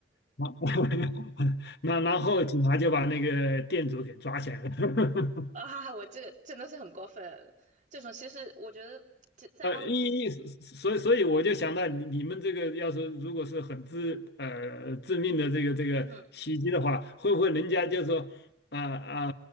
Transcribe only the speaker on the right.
啊，我这个真的是很过分，这种其实我觉得就在澳，
嗯。